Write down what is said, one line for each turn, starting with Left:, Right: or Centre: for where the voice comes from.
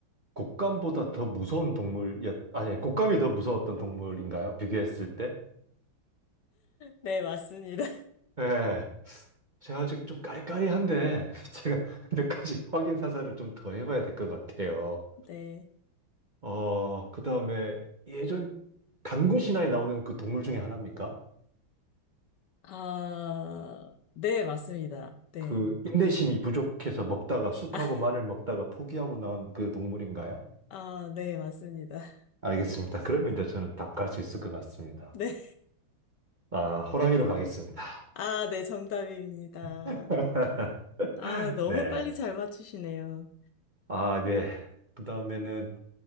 Right: 곶감보다 더 무서운 동물이었, 아니, 곶감이 더 무서웠던 동물인가요? 비교했을 때?
Left: 네, 맞습니다.
Right: 예. 제가 아직 좀 까리까리한데, <laughs> 제가 몇 가지 확인 사살을 좀 더 해봐야 될 것 같아요.
Left: 네.
Right: 어, 그 다음에 예전 단군 신화에 나오는 그 동물 중에 하나입니까?
Left: 아, 네, 맞습니다. 네.
Right: 그 인내심이 부족해서 먹다가 쑥하고
Left: <laughs>
Right: 마늘 먹다가 포기하고 나온 그 동물인가요?
Left: 아, 네, 맞습니다. <laughs>
Right: 알겠습니다. 그러면 이제 저는 답 갈 수 있을 것 같습니다.
Left: 네.
Right: 아, 호랑이로 가겠습니다.
Left: 아, 네, 정답입니다.
Right: <laughs>
Left: 아, 너무
Right: 네.
Left: 빨리 잘 맞추시네요.
Right: 아, 네. 그다음에는